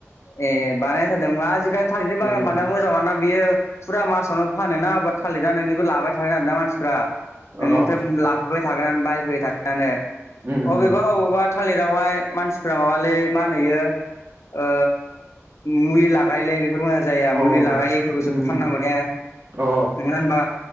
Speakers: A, on the left; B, on the right.
A: ए बानायादों जादोंबा आजिखालि थालिरनि बागान
B: उम
A: बानाया मोजां मानो ना बियो फुरा मासावनो फानोना बा थालिरा नोंनिखौ लाबाय थागोन आरोना मानसिफ्रा। <unintelligible>
B: अ
A: लाबोबाय थागोन बायफैबाय थागानो
B: उम
A: अबेबा अबेबा थालिरावहाय मानसिफ्रा माबालै मा होनयो इयो ओ मुलि लागायलायोलै फोरमा जाया
B: अ उम
A: मुलि लागायोफोरखौसो फाननांगौ ने
B: अ
A: नङा होनबा